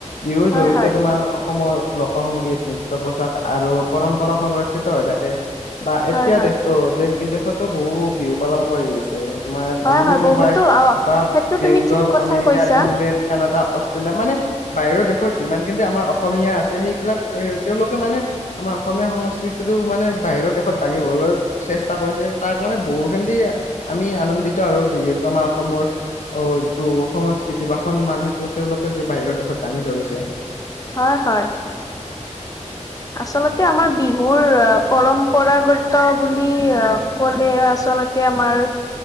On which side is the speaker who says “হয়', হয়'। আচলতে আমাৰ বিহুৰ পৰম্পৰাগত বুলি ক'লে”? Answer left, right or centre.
Left